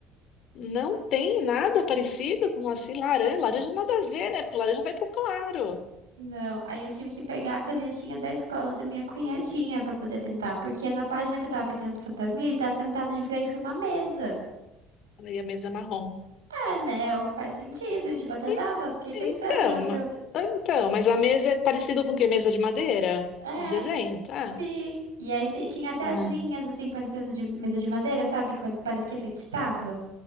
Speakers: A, on the left; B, on the right.
A: Não tem nada parecido com assim laranja. Laranja nada a ver, né? Porque laranja vai pro claro.
B: Não, aí eu tive que pegar a canetinha da escola da minha cunhadinha pra poder pintar, porque na página que eu tava pintando do fantasminha, ele tá sentado de frente pra uma mesa.
A: Aí a mesa é marrom.
B: É, né? É O que faz sentido, tipo, até
A: E-
B: dava. Fiquei pensando
A: então,
B: em outra
A: ma- então, mas a mesa é parecida com o quê? Mesa de madeira?
B: É,
A: No desenho, tá?
B: sim. E aí te- tinha até
A: Ah,
B: as linhas, assim, parecendo de mesa de madeira, sabe? Quando parece que é feito de tábua.